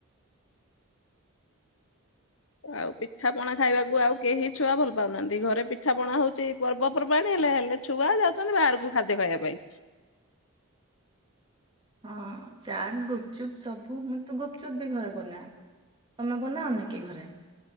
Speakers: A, on the left; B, on the right.
A: ଆଉ ପିଠାପଣା ଖାଇବାକୁ ଆଉ କେହି ଛୁଆ ଭଲ ପାଉନାହାନ୍ତି। ଘରେ ପିଠା ପଣା ହଉଛି ପର୍ବପର୍ବାଣୀ ହେଲେ। ହେଲେ ଛୁଆ ଯାଉଛନ୍ତି ବାହାରକୁ ଖାଦ୍ୟ ଖାଇବା ପାଇଁ।
B: ହଁ, ଚାଟ, ଗୁପଚୁପ୍, ସବୁ ମୁଁ ତ ଗୁପଚୁପ୍ ବି ଘରେ ବନାଏ। ତମେ ବନାଅନିକି ଘରେ?